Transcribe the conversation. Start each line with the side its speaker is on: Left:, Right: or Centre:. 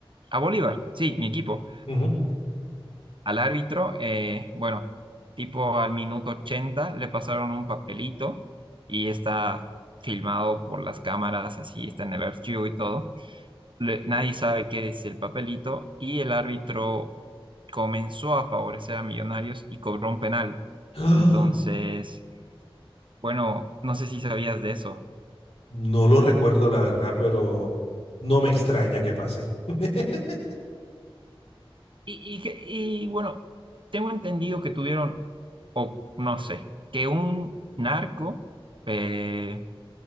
Right: a Bolívar, sí, mi equipo
Left: Ujú.
Right: al árbitro, eh, bueno, tipo al minuto 80 le pasaron un papelito y está filmado por las cámaras, así está en el archivo y todo. Le- nadie sabe qué es el papelito y el árbitro comenzó a favorecer a Millonarios y cobró un penal.
Left: ¡Ah!
Right: Entonces, bueno, no sé si sabías de eso.
Left: No lo recuerdo, la verdad, pero no me extraña que pase. <laughs>
Right: Y, y, que- y bueno, tengo entendido que tuvieron, o no sé, que un narco... eh,